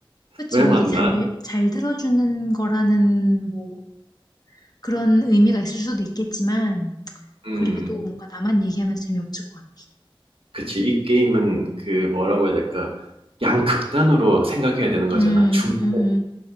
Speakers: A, on the left; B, on the right.
A: 그치.
B: 왜
A: 뭐
B: 만나?
A: 이게 잘, 잘 들어주는 거라는, 뭐, 그런 의미가 있을 수도 있겠지만,
B: 음,
A: 그래도 뭔가 나만 얘기하면 재미없을 것 같아.
B: 그치. 이 게임은 그 뭐라고 해야 될까? 양극단으로 생각해야 되는 거잖아.
A: 음,
B: 중간에
A: 음, 음.